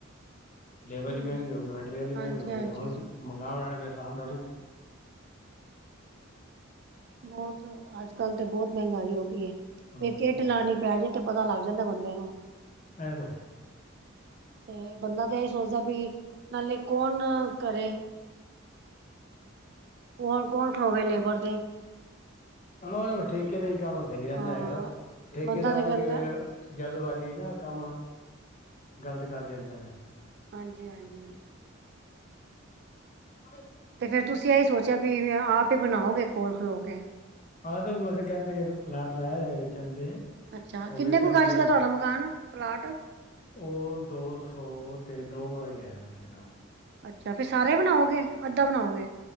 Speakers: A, on the left (about 35°); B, on the right (about 55°).
A: ਲੇਬਰ
B: ਹੂੰ
A: ਵੀ ਮਹਿੰਗੀ ਹੋ ਗ, ਮੈਟੀਰੀਅਲ ਵੀ,,
B: ਹਾਂਜੀ
A: ਮਹਿੰਗਾ ਹੋ
B: ਹਾਂਜੀ
A: ਗਿਆ ਮਕਾਨ ਬਣਾਣੇ ਸਾਨ ਥੋੜ੍ਹੀ <unintelligible>
B: ਬਹੁਤ ਅੱਜ- ਕੱਲ ਤੇ ਬਹੁਤ ਮਹਿੰਗਾਈ ਹੋ ਗਈ
A: ਹੂੰ,
B: ਇਕ ਇੱਟ ਲਾਣੀ ਪੈਜੇ ਪਤਾ ਲੱਗ ਜਾਂਦਾ ਬੰਦੇ ਨੂੰ।
A: ਹੈ ਬਈ
B: ਤੇ ਬੰਦਾ ਤੇ ਇਹੀ ਸੋਚਦਾ ਵੀ ਨਾਲੇ ਕੌਣ ਕਰੇ? ਕੌਣ- ਕੌਣ ਖਲੋਵੇ ਲੇਬਰ ਤੇ?
A: ਰੋਜ ਰੋਜ ਠੇਕੇ ਤੇ ਹੀ ਕੰਮ ਸਹੀ ਰਹਿੰਦਾ
B: ਹਾਂ
A: ਹੈਗਾ ਠੇਕੇਦਾਰ
B: ਬੰਦਾ ਤੇ ਕਹਿੰਦਾ
A: ਹੀ ਕਈ ਵਾਰ ਜਲਦਬਾਜ਼ੀ ਨਾ ਕੰਮ ਗਲਤ ਕਰ ਜੰਦਾ ਹੈ।
B: ਹਾਂਜੀ- ਹਾਂਜੀ।
A: ਹਾਂਜੀ
B: 'ਤੇ ਫਿਰ ਤੁਸੀਂ ਇਹੀ ਸੋਚਿਆ ਵੀ, ਆਪ ਹੀ ਬਣਾਓਗੇ ਕੋਲ ਖਲੋ ਕੇ
A: ਆਹ ਮਤਲਬ ਕਹਿੰਦੇ ਕਿ ਪਲਾਟ ਲਾਇਆ ਜਾ ਵੇਚਣ ਤੇ
B: ਅੱਛਾ
A: ਉਹ
B: ਕਿੰਨੇ
A: ਵਿਕਣ
B: ਕੁ' ਗਜ
A: ਤੇ
B: ਦਾ ਤੁਹਾਡਾ ਮਕਾਨ ਪਲਾਟ
A: ਉਹ ਦੋ ਸੌ ਤੇ ਦੋ ਗਜ ਹੈ ਆ ਮੇਖਦਾ
B: ਅੱਛਾ ਫੇਰ ਸਾਰੇ ਬਣਾਓਗੇ ਅੱਧਾ ਬਣਾਓਗੇ